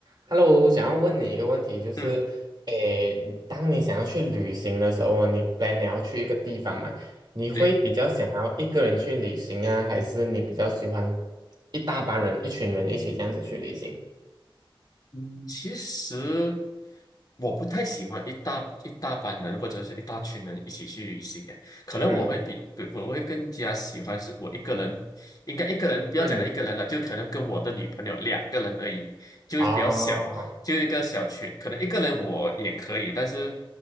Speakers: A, on the right; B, on the left.
A: Hello，想要问你一个问题，就是，
B: 嗯，
A: 诶，当你想要去旅行的时候哦，你 plan 你要去一个地方嘛，你会比较想要一个人去旅行啊，
B: 对，
A: 还是你比较喜欢一大帮人、一群人一起这样子去旅行？
B: 嗯，其实我不太喜欢一大一大班人或者是一大群人一起去旅行诶，可能我会比，
A: 嗯
B: 比我会更加喜欢是我一个人，应该一个人不要讲到一个人了，
A: 嗯，
B: 就可能跟我的女朋友两个人而已，就是比较小，
A: 啊
B: 就一个小群，可能一个人我也可以，但是，